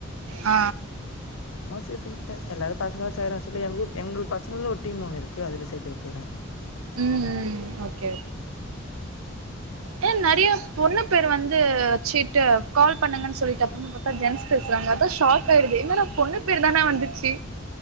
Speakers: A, on the right (about 85°); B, on the left (about 75°).
A: ஆ
B: சும்மா சேத்து விட்ட எல்லாரு பாசங்க சேய்றாங்க சொல்லி எங்கூர் எங்களுக் பசங் பசங்கள்ல ஒரு டீம் ஒன்னு இருக்கு அதுல சேத்து விட்டுக்ற
A: ம் ம் ஓகே ஓகே ஏ நறைய பொண்ணு ப்பேரு வந்து வச்சிட்டு கால் பண்ணுங்கன் சொல்லிட்டு அப்புறமா பாத்தா ஜென்ஸ் பேசுறாங்க அதா ஷார் ஆய்ருது என்னடா பொண்ணு பேர் தான வந்துச்சு